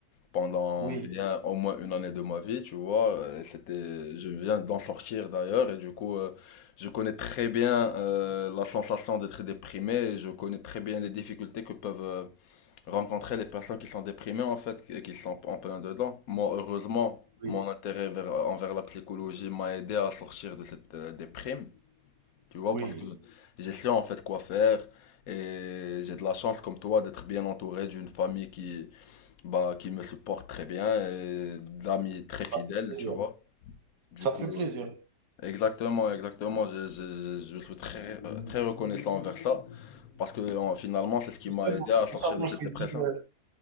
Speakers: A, on the left; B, on the right.
A: pendant
B: oui,
A: bien au moins une année de ma vie, tu vois. euh, C'était, je viens d'en sortir d'ailleurs et du coup, euh, je connais très bien euh, la sensation d'être déprimé et je connais très bien les difficultés que peuvent euh, rencontrer les personnes qui sont déprimées en fait, et qui sont en plein dedans. Moi, heureusement,
B: oui,
A: mon intérêt vers- envers la psychologie m'a aidé à sortir de cette euh, déprime, tu vois,
B: oui,
A: parce que j'ai su en fait quoi faire et j'ai de la chance comme toi d'être bien entouré d'une famille qui bah, qui me supporte très bien et d'amis très
B: ça
A: fidèles,
B: fait plaisir,
A: tu vois. Du
B: ça
A: coup,
B: fait plaisir.
A: euh, exactement, exactement, je, je- je- je suis très, euh, très reconnaissant envers ça parce que euh, finalement, c'est ce qui
B: Justement,
A: m'a aidé à
B: c'est pour
A: sortir
B: ça, moi,
A: de cette
B: je
A: dépression.
B: t'ai dit, heu